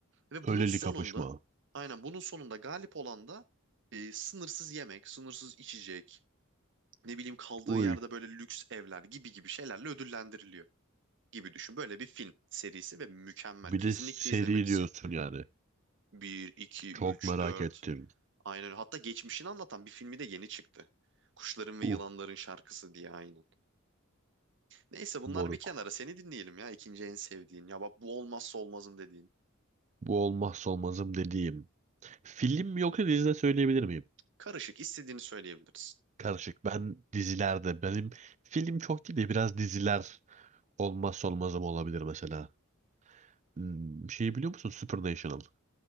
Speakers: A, on the right (about 60°); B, on the right (about 35°).
A: Ve
B: Öyleli
A: bunun sonunda
B: kapışma.
A: aynen bunun sonunda galip olan da e, sınırsız yemek, sınırsız içecek, ne bileyim kaldığı
B: Uy.
A: yerde böyle lüks evler gibi gibi şeylerle ödüllendiriliyor gibi düşün. Böyle bir film serisi ve mükemmel.
B: Bir
A: Kesinlikle
B: de seri
A: izlemelisin.
B: diyorsun yani.
A: Bir, 2,
B: Çok
A: 3,
B: merak
A: 4.
B: ettim.
A: Aynen öyle. Hatta geçmişini anlatan bir filmi de yeni çıktı. Kuşların ve
B: Uh
A: Yılanların Şarkısı diye aynen. Neyse bunlar
B: moruk.
A: bir kenara. Seni dinleyelim ya. İkinci en sevdiğin. Ya bak bu olmazsa olmazım dediğin.
B: Bu olmazsa olmazım dediğim. Film mi yoksa dizide söyleyebilir miyim?
A: Karışık istediğini söyleyebiliriz.
B: Karışık. Ben dizilerde benim film çok değil de biraz diziler olmazsa olmazım olabilir mesela. Hmm, şeyi biliyor musun? Supernatural.